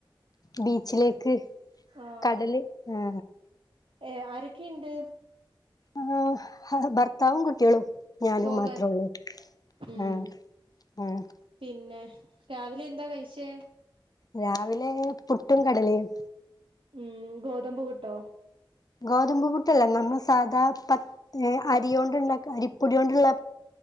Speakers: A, on the left; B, on the right.
A: ബീച്ചിലേക്ക്
B: ആഹ്
A: കടല് ആ
B: ഏ ആരൊക്കെയുണ്ട്
A: ആഹ് അത് ഭർത്താവും കുട്ടികളും ഞാനും
B: പോകാൻ
A: മാത്രള്ളൂ
B: ഉം
A: ആഹ് ആഹ്
B: പിന്നെ രാവിലെ എന്താ കഴിച്ചേ?
A: രാവിലെ പുട്ടും കടലയും
B: ഉം ഗോതമ്പ് പുട്ടോ?
A: ഗോതമ്പ് പുട്ടല്ല നമ്മൾ സാധാ പ അരിയോണ്ടുള്ള അരിപ്പൊടിയോണ്ടുള്ള